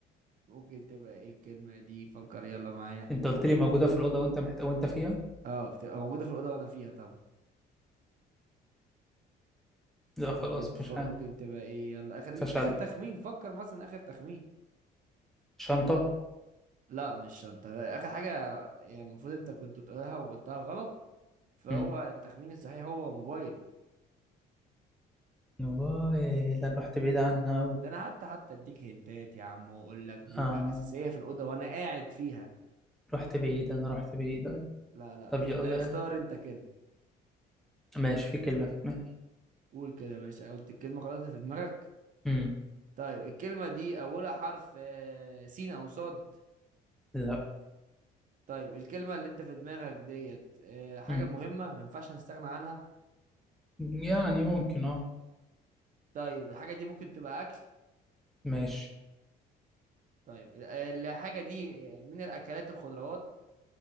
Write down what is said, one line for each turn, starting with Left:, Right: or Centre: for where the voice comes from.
Right: ممكن تبقى ايه الكلمة دي فكر يلا معايا
Centre: انت قلت لي موجودة في الأوضة وانت محت... وانت فيها
Right: اه بتبقى موجودة في الأوضة وأنا فيها طبعا
Centre: لا خلاص
Right: ممكن تف...
Centre: مش
Right: ممكن
Centre: عارف
Right: تبقى ايه يلا آخر
Centre: فشل
Right: ليك آخر تخمين فكر مثلا آخر تخمين
Centre: شنطة
Right: لا مش شنطة آخر حاجة يعني المفروض أنت كنت تقولها وقلتها غلط فهو
Centre: مم.
Right: التخمين الصحيح هو موبايل
Centre: والله ده أنا رحت بعيد عنها أوي
Right: ده أنا حتى حتى أديك هنتات يا عم وأقول لك بتبقى
Centre: آه
Right: أساسية في الأوضة وأنا قاعد فيها
Centre: رحت بعيد أنا رحت بعيد أوي
Right: لا لا
Centre: طب يلا
Right: اخت- اختار
Centre: يلا
Right: أنت كلمة
Centre: ماشي في كلمة في دماغي
Right: قول كده يا باشا قلت الكلمة خلاص اللي في دماغك
Centre: مم.
Right: طيب الكلمة دي أولها حرف آه، سين أو صاد
Centre: لا
Right: طيب الكلمة اللي انت في دماغك ديت آه، حاجة
Centre: مم.
Right: مهمة ما ينفعش نستغنى عنها
Centre: يعني ممكن اه
Right: طيب الحاجة دي ممكن تبقى أكل
Centre: ماشي
Right: طيب ال- آه، الحاجة دي آه، من الأكلات الخضروات